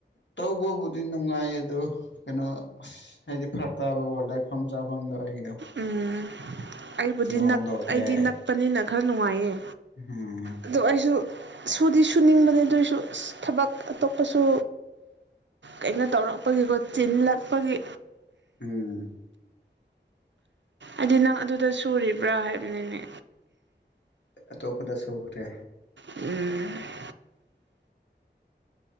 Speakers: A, on the left (about 75°); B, on the right (about 80°).
A: ꯇꯧꯕꯕꯨꯗꯤ ꯅꯨꯡꯉꯥꯏ ꯑꯗꯣ ꯀꯩꯅꯣ ꯑꯁ꯫ ꯍꯥꯏꯗꯤ ꯐꯔꯛ ꯇꯥꯕꯀꯣ ꯂꯩꯐꯝ ꯆꯥꯐꯝꯗꯣ ꯑꯣꯏꯒꯗꯣ꯫
B: ꯎꯝ ꯑꯩꯕꯨꯗꯤ
A: ꯍꯣꯡꯗꯣꯛꯈ꯭ꯔꯦ
B: ꯅꯛ ꯑꯩꯗꯤ ꯅꯛꯄꯅꯤꯅ ꯈꯔ ꯅꯨꯡꯉꯥꯏꯌꯦ꯫
A: ꯎꯝ
B: ꯑꯗꯨ ꯑꯩꯁꯨ ꯁꯨꯗꯤ ꯁꯨꯅꯤꯡꯕꯅꯦ ꯑꯗꯨꯑꯣꯏꯁꯨ ꯑꯁ ꯊꯕꯛ ꯑꯇꯣꯞꯄꯁꯨ꯫ ꯀꯩꯅꯣ ꯇꯧꯔꯛꯄꯒꯤꯀꯣ ꯆꯤꯜꯂꯛꯄꯒꯤ꯫
A: ꯎꯝ
B: ꯑꯗꯤ ꯅꯪ ꯑꯗꯨꯗ ꯁꯨꯔꯤꯕ꯭ꯔꯥ ꯍꯥꯏꯕꯅꯤꯅꯦ꯫
A: ꯑꯇꯣꯞꯄꯗ ꯁꯣꯛꯈ꯭ꯔꯦ꯫
B: ꯎꯝ